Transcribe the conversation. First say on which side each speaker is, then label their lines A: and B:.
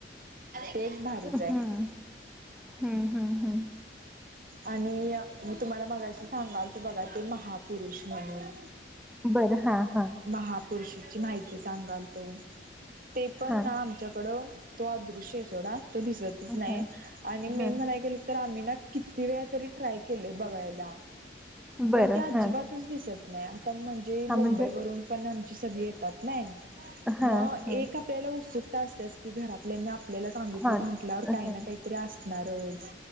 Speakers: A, on the right; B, in the centre.
A: तेच भारीच
B: हं,
A: आहे.
B: हं, हं, हं.
A: आणि मी तुम्हाला मगाशी सांगाल तू बघा ते महापुरुष म्हणून
B: बरं. हां, हां.
A: महापुरुषाची माहिती. सांगाल तो ते पण
B: हां,
A: ना आमच्याकडं तो अदृश्य आहे सोडा तो दिसतच नाही
B: हां,
A: आणि मेन
B: हां.
A: म्हणाय गेलं तर मी ना किती वेळा तरी ट्राय केले बघायला,
B: बरं.
A: पण ते अजिबातच
B: हां.
A: दिसत नाही. आता म्हणजे
B: हां,
A: मुंबई
B: म्हणजे
A: वरून पण आमची सगळी येतात नाही.
B: हां,
A: मग
B: हां,
A: एक आपल्याला उत्सुकता असतेस की घरातल्यांनी आप आपल्याला सांगितले
B: हां.
A: म्हटल्यावर
B: हां,
A: काही
B: हां,
A: ना काहीतरी असणारच.